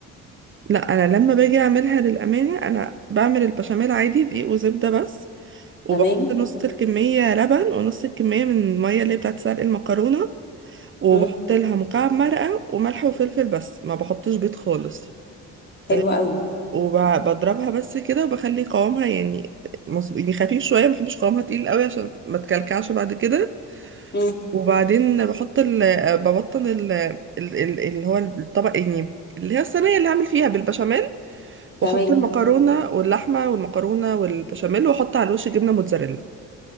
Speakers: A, on the right; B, on the left.
A: لا انا لما باجي اعملها للامانه انا بعمل البشاميل عادي دقيق وزبده بس وبحط
B: تمام
A: نص الكميه لبن ونص الكميه من الميه اللي هي بتاعت سلق المكرونه وبحط
B: مم.
A: لها مكعب مرقة وملح وفلفل بس ما بحطش بيض خالص
B: حلوه
A: آه،
B: قوي
A: وبضربها بس كده وبخلي قوامها يعني مظبوط يعني خفيف شوية ما بحبش قوامها تقيل قوي عشان ما تكلكعش بعد كده
B: مم.
A: وبعدين بحط ال... آه، ببطن ال... ال... ال... اللي هو الطبق يعني اللي هي الصينية اللي هعمل فيها بالبشاميل
B: تمام
A: واحط المكرونة واللحمة والمكرونة والبشاميل واحط على الوش جبنة موتزاريلا